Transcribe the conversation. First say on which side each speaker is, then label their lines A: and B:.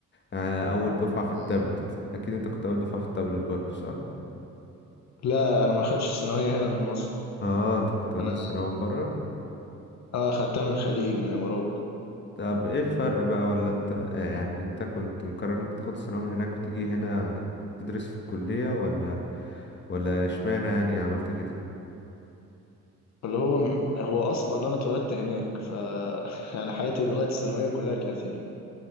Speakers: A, on the left; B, on the left.
A: آه، اول دفعة في التابلت
B: مم.
A: اكيد انت كنت اول دفعة في التابلت برضو صح
B: لا انا ما خدتش الثانوية هنا من مصر
A: اه انت كنت واخد
B: انا
A: الثانوية من بره
B: اه خدتها من الخليج من الامارات
A: طب ايه الفرق بقى ولا انت يعني انت كنت مقرر انت تاخد الثانوية من هناك وتيجي هنا تدرس في الكلية ولا ولا اشمعنى يعني عملت كده
B: اللي هو هو اصلا انا اتولدت هناك ف <laughs> يعني حياتي لغاية الثانوية كلها كانت هناك